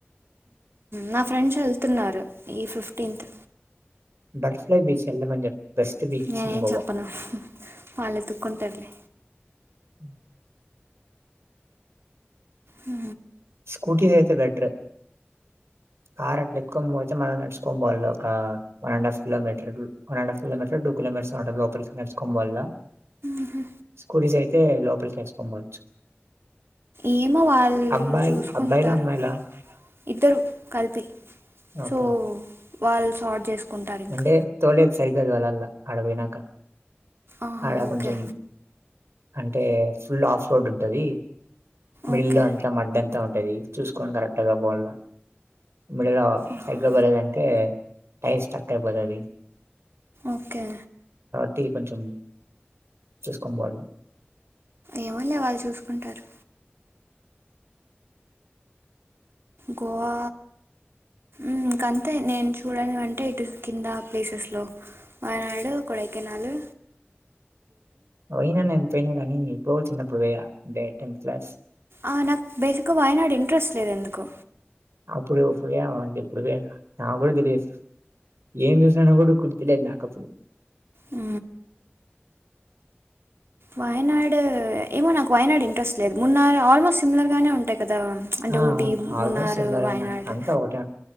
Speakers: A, on the right; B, on the right.
A: నా ఫ్రెండ్స్ వెళ్తున్నారు ఈ ఫిఫ్టీన్త్.
B: బటర్ఫ్లై బీచ్ వెళ్ళమని చెప్పు. బెస్ట్ బీచ్
A: నేనే
B: ఇన్
A: ఏం
B: గోవా
A: చెప్పను వాళ్ళు ఎతుక్కుంటారులే.
B: మ్
A: ఉ
B: స్కూటీ అయితే బెటర్. కార్ అట్లా ఎక్కొనిపోతే మనం నడుచుకొని పోవాలి ఒక వన్ అడ half kilometre one and half kilometre two kilometre వరకు. టు మినిట్స్ లోపలికి నడుచుకొనిపోవాల
A: మ్హూ.
B: స్కూటీస్ అయితే లోపలికి వేసుకోపోవచ్చు.
A: ఏమో వాళ్ళు
B: అబ్బాయిలు
A: చూసుకుంటారు
B: అబ్బాయిలా అమ్మాయిలా
A: ఇద్దరు కలిపి
B: ఓకే
A: సో
B: ఓకే.
A: వాళ్ళ సాల్వ్ చేసుకుంటారు ఇంకా
B: అంటే తోలేది సరిగ తోలల్లా ఆడపోయినాక
A: ఆహా
B: ఆడ
A: ఓకే
B: కొంచెం అంటే ఫుల్ ఆఫ్ రోడ్ ఉంటది. మిళ్లంతా
A: ఓకే
B: అంతా మడ్డంతా ఉంటుది చూసుకోొని కరెక్టగా పోాల. మిడల్
A: ఆహా,
B: సైడ్ లో పలేేదంటే టైర్స్ టక్ అయిపోతది.
A: ఓకే.
B: ప్రటీ కొంచెం చూసుకోొవాలి.
A: ఏమలే వాళ్ళు చూసుకుంటారు. గోవా. ఇంకంతే నేను చూడని అంటే ఇటు కింద ప్లేసెస్ లో. వనాడు కొడకనాాలు.
B: పోయినా నని పోపోయినా కానీ ఇ పో చిన్నప్పుడు పోయా అంటే టెన్త్ క్లాస్.
A: ఆ నాకు బేసిక్గా వాయనాడు ఇంట్రెస్ట్ లేదు ఎందుకో.
B: అప్పుడు ఇప్పుడుే అంది ఇప్పుడుే నా కూడా తెలీయదు. ఏం చూసాన కూడా గుర్తిలేదు నాాకప్పుడు.
A: ఆ. వయనాడు ఏమో నాకు వయనాడు ఇంట్రెస్ట్ లేదు మన్నర ఆల్మోస్ట్ సిమిలర్ గానే ఉంటాయి. కదా అంటే
B: ఆ!
A: ఊటీ
B: అవును. ఆల్‌మోస్ట్
A: మన్నాార్
B: సిమిలర్‌గానే.
A: వయనాడు
B: అంతా ఒకటే ఉం